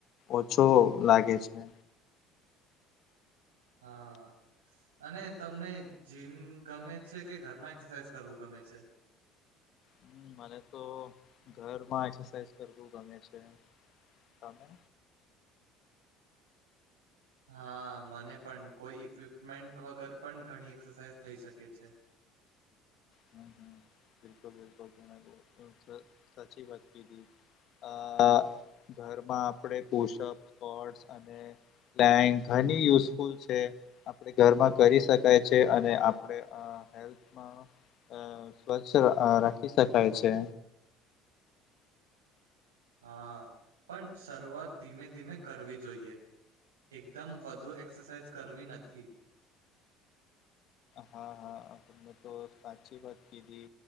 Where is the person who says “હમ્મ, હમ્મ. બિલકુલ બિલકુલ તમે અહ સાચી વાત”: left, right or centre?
Left